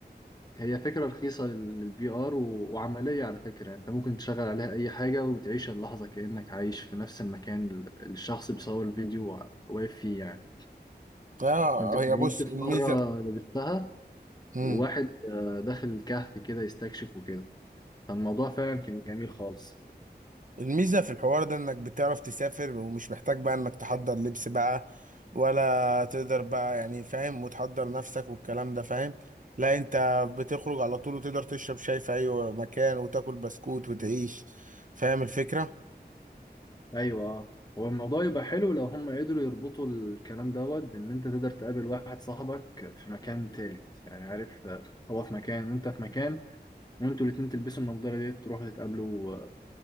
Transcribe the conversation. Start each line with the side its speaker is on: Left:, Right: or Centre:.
Left: هي فكرة رخيصة للفي ار وعملية على فكرة يعني انت ممكن تشغل عليها اي حاجة وتعيش اللحظة كأنك عايش في نفس المكان اللي الشخص بيصور الفيديو وع- واقف فيه يعني
Right: اه
Left: كنت جربت
Right: هي بص
Left: في
Right: الميزه
Left: مرة لبستها
Right: مم.
Left: وواحد آه، داخل الكهف كده يستكشف وكده فالموضوع فعلا كان جميل خالص
Right: الميزة في الحوار ده انك بتعرف تسافر ومش محتاج بقى انك تحضر لبس بقى ولا تقدر بقى يعني فاهم وتحضر نفسك والكلام ده فاهم لا انت بتخرج على طول وتقدر تشرب شاي في اي مكان وتاكل بسكوت وتعيش فاهم الفكرة
Left: ايوه آه. هو الموضوع يبقى حلو لو هم قدروا يربطوا الكلام دوت بان انت تقدر تقابل واحد صاحبك في مكان تالت يعني عارف آه، هو في مكان وانت في مكان وانتوا الاتنين تلبسوا النضارة دي تروحوا تتقابلوا آه،